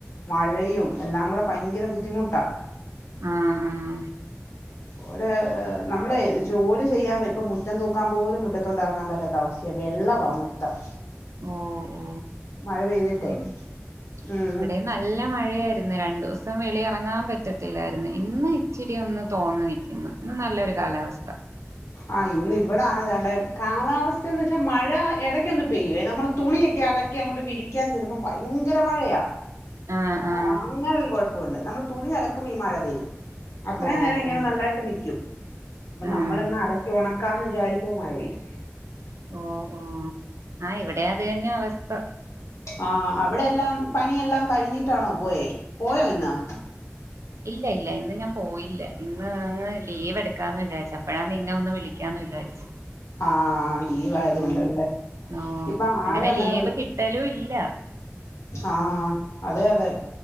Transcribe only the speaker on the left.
മഴയും എല്ലാം കൂടെ ഭയങ്കര ബുദ്ധിമുട്ടാ
ഒര് നമ്മളെ ജോലി ചെയ്യാൻ ഇപ്പൊ മുറ്റം തൂക്കാൻ പോലും മുറ്റത്തോട്ടിറങ്ങാൻ പറ്റാത്ത അവസ്ഥയ വെള്ളവാ മൊത്തം
മഴ പെയ്തിട്ടേ
ഉം
ആഹ ഇന്ന് ഇവിടാണ്താണ്ട കാലാവസ്ഥന്ന് വെച്ചാൽ മഴ ഇടക്ക ഒന്ന് പെയ്യവേ നമ്മൾ തുണി <inaudible> അലക്കി അങ്ങോട്ട് വിരിക്കാൻ ചെല്ലുമ്പോ ഭയങ്കര മഴയാ
ആ
അങ്ങനെ ഒരു കുഴപ്പവുണ്ട്. നമ്മൾ തുണി അലക്കുമ്പോ ഈ മഴ വരും അത്രേം
നേരം ഇങ്ങനെ
നല്ലായിട്ട് നിക്കും പ്പൊ നമ്മളഎന്നാ
അലക്കി ഉണക്കാന്ന് വിചാരിക്കുമ്പ മഴ പെയ്യും
ആ അവിടെ എല്ലാം പണിയെല്ലാം കഴിഞ്ഞിട്ടാണോ പോയേ? പോയോ ഇന്ന്?
ആഹ് ലീവായതുകൊണ്ടല്ലേ
ഇപ്പൊ ആരും
വിളി
ആ ആ അതേ അതേ,